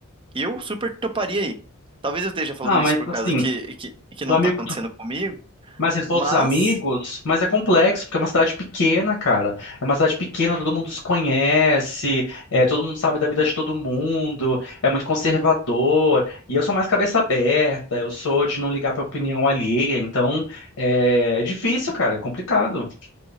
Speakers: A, on the right (about 25°); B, on the left (about 90°).
A: eu super toparia aí. Talvez eu esteja falando
B: Ah, mas
A: isso por
B: assim,
A: causa que, que, que não
B: do amigo
A: tá acontecendo comigo,
B: Mas se tu for
A: mas.
B: dos amigos, mas é complexo, porque é uma cidade pequena, cara. É uma cidade pequena, todo mundo se conhece, é, todo mundo sabe da vida de todo mundo, é muito conservador. E eu sou mais cabeça aberta, eu sou de não ligar pra opinião alheia, então é, é difícil, cara, é complicado.